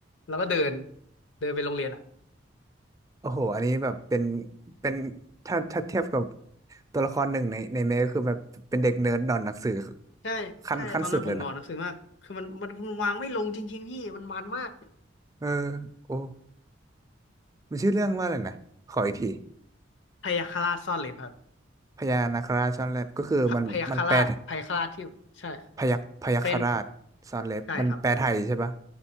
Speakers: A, on the left; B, on the right.
A: แล้วก็เดินเดินไปโรงเรียนอ่ะ
B: โอ้โหอันนี้แบบเป็นเป็นถ้าถ้าเทียบกับตัวละครหนึ่งในในเมก็คือแบบเป็นเด็กเนิร์ดหนอนหนังสือ
A: ใช่ใช่ตอนนั้นผมอ่านหนังสือมากคือมันมันมันวางไม่ลงจริงๆพี่มันมันมาก
B: ขั้นขั้นสุดเลยนะเออโอ้มันชื่อเรื่องว่าอะไรนะขออีกที
A: พยาคฆราชซ่อนเล็บครับ
B: พญานาคราชซ่อนเล็บก็คือมันมันแปล
A: พะพยาคฆราชพยาคฆราชที่ใช่
B: พยัคฆ์พยัคฆราชซ่อนเล็บมันแปลไทยใช่ปะ
A: เป็นใช่ครับ